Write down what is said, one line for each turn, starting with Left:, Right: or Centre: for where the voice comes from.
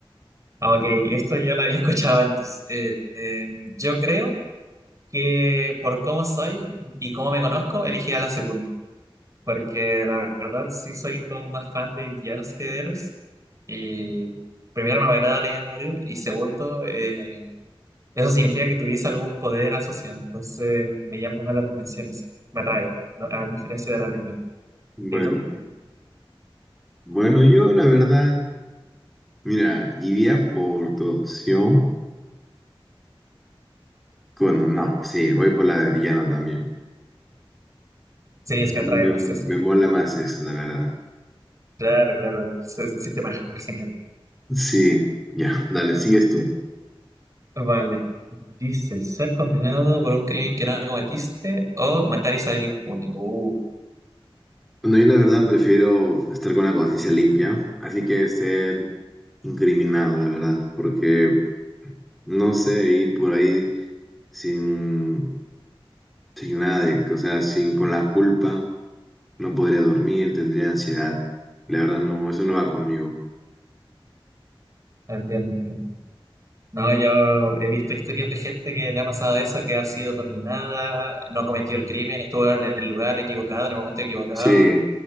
Right: Ah, Ok, esto yo lo había <laughs> escuchado antes. Eh, eh, yo creo que por cómo soy y cómo me conozco, elegiría la segunda. porque la verdad sí soy como más fan de villanos que de héroes. Y primero no me agrada la idea de morir y segundo, eh, eso significa que tuviese algún poder asociado. Entonces me llama más la atención eso, me atrae, no- a diferencia de la primera.
Centre: Bueno,
Right: ¿Y tú?
Centre: Bueno, yo la verdad, mira, iría por tu opción. Bueno, no, sí, voy por la de villano también.
Right: Sí, es
Centre: Me,
Right: que atrae
Centre: me-
Right: más eso.
Centre: me mola más eso, la verdad.
Right: Claro, claro, se se siente más, más genial.
Centre: Sí, ya, dale, sigues tú.
Right: Vale. Dice, ser condenado por un crimen que no cometiste o matar y salir impune. Uh,
Centre: Bueno, yo la verdad prefiero estar con la conciencia limpia, así que ser incriminado, la verdad, porque no sé, ir por ahí sin, sin nada de, o sea, sin con la culpa, no podría dormir, tendría ansiedad. La verdad, no, eso no va conmigo.
Right: entiendo, entiendo. No, yo he visto historias de gente que le ha pasado eso, que ha sido condenada, no cometió el crimen, estuvo en el lugar equivocado, en el momento equivocado,
Centre: Sí,